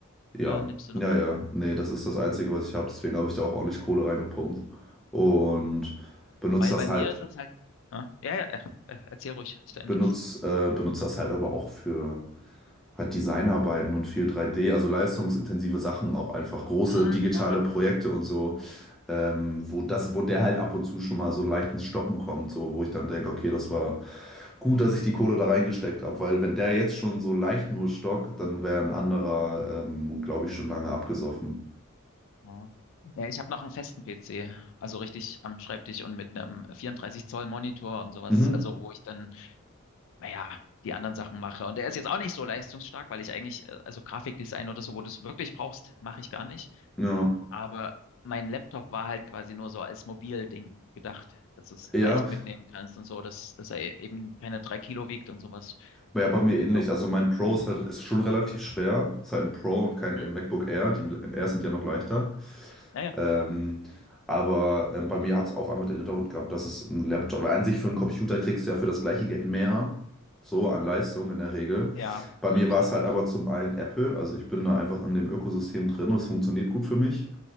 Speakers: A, in the centre; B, on the left (about 65°).
A: Ja,
B: äh, nimmst du noch
A: ja,
B: andere?
A: ja. Nee, das ist das Einzige, was ich habe. Deswegen habe ich da auch ordentlich Kohle reingepumpt. Und
B: Ah.
A: benutze
B: Weil
A: das
B: bei mir
A: halt,
B: ist das halt. Ah, Ja, ja, ach, äh, erzähl ruhig zu
A: benutze,
B: Ende.
A: äh, benutze das halt aber auch für halt Designarbeiten und viel 3D, also leistungsintensive Sachen, auch einfach große
B: Hm,
A: digitale
B: na klar.
A: Projekte und so, ähm, wo das, wo der halt ab und zu schon mal so leicht ins Stocken kommt, so wo ich dann denke, okay, das war gut, dass ich die Kohle da reingesteckt habe, weil wenn der jetzt schon so leicht nur stockt, dann wäre ein anderer,
B: Hm,
A: ähm, glaube ich, schon lange abgesoffen.
B: Ja, Ja, ich habe noch einen festen PC, also richtig am Schreibtisch und mit einem 34 Zoll Monitor und sowas,
A: Mhm.
B: also wo ich dann, naja, die anderen Sachen mache. Und der ist jetzt auch nicht so leistungsstark, weil ich eigentlich, äh, also Grafikdesign oder so, wo du es wirklich brauchst, mache ich gar nicht.
A: Ja.
B: Aber mein Laptop war halt quasi nur so als Mobilding gedacht, dass du es
A: Ja,
B: leicht mitnehmen kannst und so, dass, dass er eben keine drei Kilo wiegt und sowas.
A: ja bei
B: Und
A: mir ähnlich.
B: ja,
A: Also mein Pro ist halt ist schon relativ schwer. Ist halt ein Pro und kein
B: hm?
A: MacBook Air. Die Air sind ja noch leichter.
B: Ja, ja,
A: Ähm, aber ähm, bei mir hat es auch einfach den Hintergrund gehabt, dass es ein Laptop, weil an sich für einen Computer kriegst du ja für das gleiche Geld mehr, so an Leistung in der Regel.
B: ja,
A: Bei mir
B: würde
A: war
B: ich sagen.
A: es halt aber zum einen Apple, also ich bin da einfach in dem Ökosystem drin und es funktioniert gut für mich.